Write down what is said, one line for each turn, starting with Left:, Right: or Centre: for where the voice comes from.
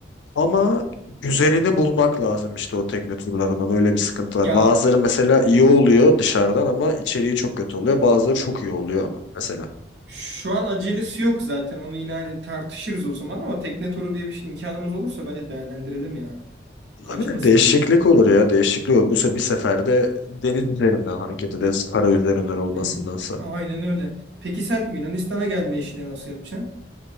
Left: Ama güzelini bulmak lazım işte o tekne turlarından. Öyle bir sıkıntı var.
Right: Ya
Left: Bazıları mesela iyi oluyor dışarıdan ama içeriği çok kötü oluyor. Bazıları çok iyi oluyor ama mesela.
Right: Şu an acelesi yok zaten. Onu yine hani tartışırız o zaman ama tekne turu diye bir şey, imkanımız olursa bence değerlendirelim ya. Kaçmasın
Left: Olabilir. Değişiklik
Right: yani.
Left: olur ya. Değişiklik olur. Bu se bir seferde deniz üzerinden hareket ederiz. Kara üzerinden olmasındansa.
Right: <laughs> Aynen öyle. Peki sen Yunanistan'a gelme işini nasıl yapacaksın?